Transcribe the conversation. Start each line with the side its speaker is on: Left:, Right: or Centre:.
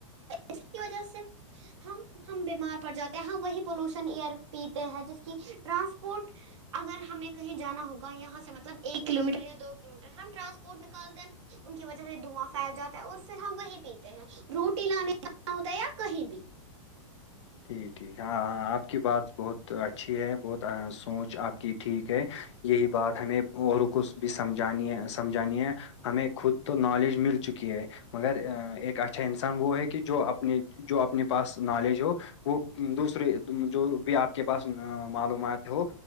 Right: جسکی وجہ سے ہم ہم بیمار پڑ جاتے ہیں ہم وہی پولوشن ایئر پیتے ہیں جس کی ٹرانسپورٹ اگر ہمیں کہیں جانا ہوگا یہاں سے مطلب ایک کلو میٹر یا دو کلو میٹر ہم ٹرانسپورٹ نکالتے ہیں ان کی وجہ سے دھواں پھیل جاتا ہے اور پھر ہم وہی پیتے ہیں روٹی لانے لا ہوتا ہے یا کہیں بھی
Left: ٹھیک ٹھیک ہاں ہاں آپ کی بات بہت اچھی ہے بہت سوچ آپ کی ٹھیک ہے یہی بات ہمیں اوروں کچھ بھی سمجھانی ہے سمجھانی ہے ہمیں خود تو نالج مل چکی ہے مگر ایک اچھا انسان وہ ہے کہ جو اپنے جو اپنے پاس نالج ہو وہ دوسرے جو بھی آپ کے پاس معلومات ہو